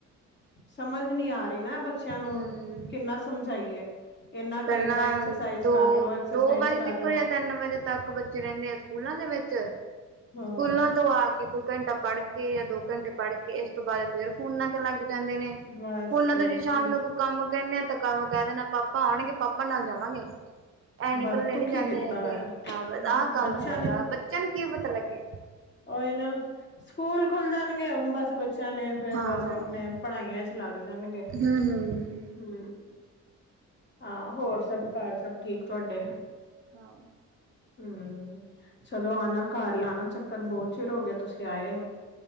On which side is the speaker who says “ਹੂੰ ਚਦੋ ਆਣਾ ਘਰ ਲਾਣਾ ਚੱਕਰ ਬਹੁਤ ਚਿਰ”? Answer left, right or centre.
Left